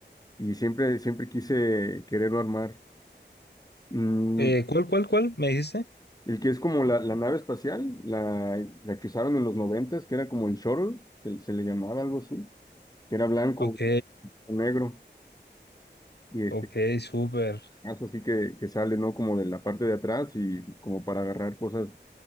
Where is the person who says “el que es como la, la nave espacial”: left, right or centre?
Left